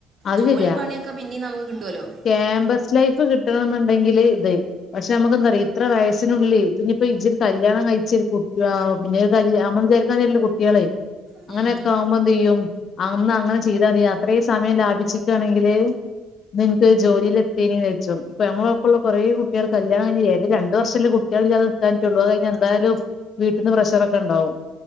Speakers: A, on the left; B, on the right.
A: അത്
B: ജോലിം
A: ശരിയാ
B: പണിയൊക്കെ പിന്നെയും നമുക്ക് കിട്ടുവല്ലോ
A: ക്യാമ്പസ് ലൈഫ് കിട്ടണന്നുണ്ടെങ്കില് ഇത് പക്ഷെ നമുക്ക് എന്താറിയോ ഇത്ര വയസ്സിനുള്ളിൽ ഇപ്പൊ ഇജൊരു കല്യാണം കഴിച്ച കുട്ടി പിന്നെ കല് വിചാരിക്കണ മാതരില്ലല്ലോ കുട്ടിയാള്
B: ഉം
A: അങ്ങനെയെക്കെ ആവ്മ്പന്തെയ്യും അന്ന് അങ്ങനെ ചെയ്താല് അത്രയും സമയം ലാഭി ച്ച്ട്ടാണെങ്കില് ഇന്ന് ൻക്ക് ജോലീല് എത്തീനിചാര്ച്ചും പ്പ ഞമ്മളെപ്പള്ള കൊറേ കു ട്ട്യാള് കല്യാണം കയ്ഞ്ഞ് ഏത് രണ്ട് വർഷല്ലെ കുട്ട്യാളില്ലാതെ നിക്കാൻറ്റൊള്ളൂ അത് കയ്ഞ്ഞാ എന്തായാലും വീ ട്ട്ന്ന് പ്രഷറൊക്കെണ്ടാവും